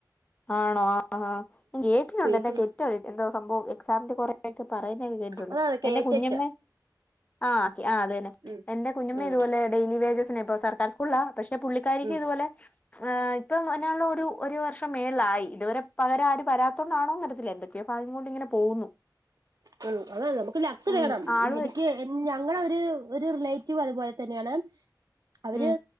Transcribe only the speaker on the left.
ആണോ ആഹാ കേട്ടിട്ടുണ്ട്
എന്താെറ്റവും
എന്താ സംഭവം എക്സാമിന്റെ കൊറെക്കെ പറയുന്നത് കേട്ട ട്ടോണ്ട്
എന്റെ കുഞ്ഞമ്മേ ആഹ് ആഹ് അതെന്നെ.
എന്റെ കുഞ്ഞമ്മേ
ഇതുപോലെ ഡെയിലി വേജസിനെ ഇപ്പ സർക്കാർ സ്കൂളില പക്ഷെ പുള്ളിക്കാരിക്കും
ഇതുപോലെ ഇപ്പം അതിനുള്ളൊരു ഒരു വർഷംമേൾളായി ഇതുവരെ പകരം ആരും വരാത്തോണ്ടാണോ ന്നരിയത്തില്ല വരാത്തോണ്ടാണോന്നറിയത്തില്ല എന്തൊ. ക്കെ പ്പ അഹ് കൊണ്ടിങ്ങനെ പോകുന്നു.
ഉം
ആള്
വരും.
ഉം